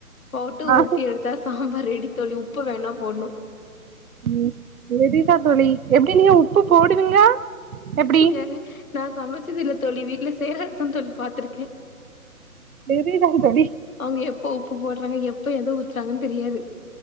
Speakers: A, on the left; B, on the right.
A: போட்டு
B: ஆ
A: ஊத்தி எடுத்தா சாம்பார் ரெடி தோழி உப்பு வேணா போடுணு
B: ம் எததா தோழி எப்டி நீங்க உப்பு போடுவீங்களா எப்டி
A: யாரு நா சமைச்சது இல்ல தோழி வீட்டுல செய்றதா தோழி பா்த்திருக்கே
B: சரிதா தோழி
A: அவங்க எப்ப உப்பு போடுறாங்க எப்ப எதோ ஊத்துறாங்கனு தெரியாது